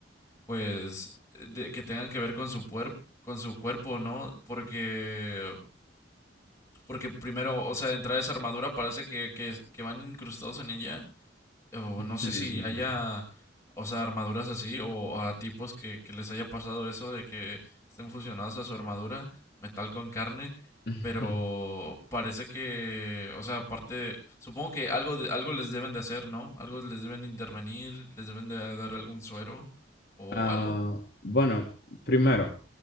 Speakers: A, on the left; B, on the left.
A: pues, de- que tengan que ver con su, puer- con su cuerpo, ¿no? Porque, porque primero, o sea, de entrada esa armadura parece que, que, que van incrustados en ella. O
B: <laughs>
A: no sé
B: Ujú, ujú,
A: si haya, o sea, armaduras así, o a tipos que, que les haya pasado eso de que estén fusionados a su armadura, metal con carne.
B: ujú.
A: Pero parece que, o sea, aparte, supongo que algo, de- algo les deben de hacer, ¿no? Algo les deben intervenir, les deben de dar algún suero o
B: Ah,
A: algo.
B: bueno, primero,